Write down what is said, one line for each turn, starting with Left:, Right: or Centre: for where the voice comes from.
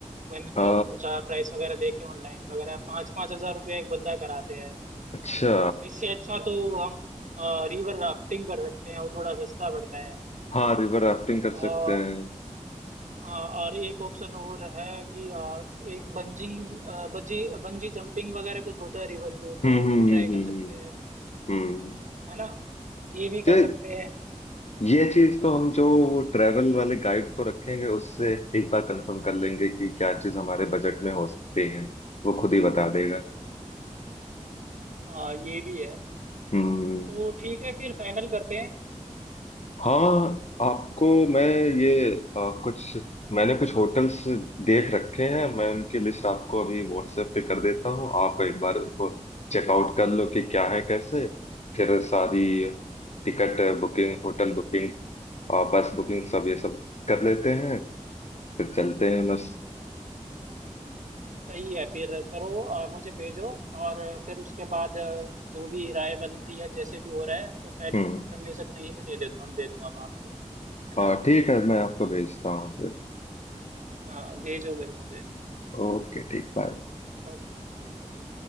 Right: मैंने ट्र-
Left: अ,
Right: पूछा प्राइस वगैरह देखे ऑनलाइन वगैरह पाँच पाँच हजार रुपये एक बंदा कराते हैं
Left: अच्छा
Right: इससे अच्छा तो हम रिवर राफ्टिंग कर सकते हैं वो थोड़ा सस्ता पड़ता है
Left: हाँ रिवर राफ्टिंग कर
Right: और
Left: सकते हैं
Right: हाँ, और एक ऑप्शन और है कि अ, एक बंजिंग अ, बंजी बंजी जंपिंग वगैरह कुछ होता है रिवर के ऊपर
Left: हम्म
Right: वो
Left: हम्म
Right: भी ट्राई कर
Left: हम्म
Right: सकते हैं
Left: हम्म हम्म
Right: है ना ये भी कर
Left: तो
Right: सकते हैं
Left: ये चीज तो हम जो वो ट्रेवल वाले गाइड को रखेंगे उससे एक बार कंफर्म कर लेंगे कि क्या चीज हमारे बजट में हो सकती है वो खुद ही बता देगा
Right: हाँ ये भी है
Left: हम्म
Right: तो ठीक है फिर फाइनल करते हैं
Left: हाँ आपको मैं ये आ, कुछ मैंने कुछ होटल्स देख रखे हैं मैं उनकी लिस्ट आपको अभी व्हाट्सएप पे कर देता हूँ आप एक बार उनको चेकआउट कर लो कि क्या है कैसे फिर सारी टिकट बुकिंग होटल बुकिंग और बस बुकिंग सब ये सब कर लेते हैं फिर चलते हैं बस
Right: सही है फिर करो और मुझे भेजो और फिर उसके बाद अ, जो भी राय बन रही है जैसे भी हो रहा है तो फाइनल
Left: हम्म
Right: कंफर्मेशन वहीं पे दे दे दूंगा दे दूंगा मैं आपको है ना
Left: हाँ ठीक है मैं आपको भेजता हूँ फिर
Right: हाँ भेजो फिर मुझे
Left: ओके ठीक बाय
Right: ओके ओके।